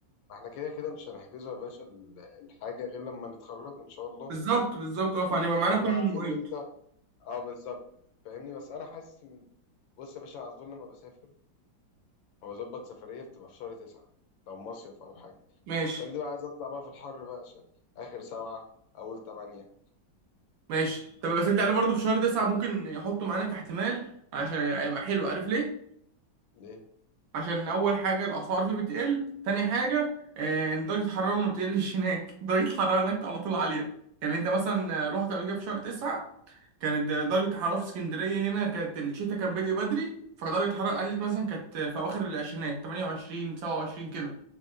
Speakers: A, on the left; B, on the right.
A: احنا كده كده مش هنحجزه يا باشا ال- الحاجة غير لما نتخرج إن شاء الله
B: بالظبط بالظبط اه فهنبقى معانا
A: هنبقى
B: كل المواعيد
A: عارفين امتى اه بالظبط فاهمني بس أنا حاسس إن- بص يا باشا على طول لما بسافر هو ظبط سفرية بتبقى في شهر تسعة لو مصيف أو حاجة
B: ماشي
A: السنة دي بقى عايز أطلع بقى في الحر بقى ش- آخر سبعة أول تمانية
B: ماشي طب بس انت عارف برضه في شهر تسعة ممكن يحطوا معانا كاحتمال عشان هيبقى حلو عارف ليه؟
A: ليه؟
B: عشان أول حاجة الأسعار فيه بتقل تاني حاجة آه، إن درجة الحرارة ما بتقلش هناك <laughs> درجة الحرارة هناك على طول عالية يعني أنت مثلا رحت قبل كده في شهر تسعة كانت درجة الحرارة في اسكندرية هنا كانت الشتاء كان بادئ بدري فدرجة الحرارة قلت مثلا كانت في أواخر العشرينات 28 27 كده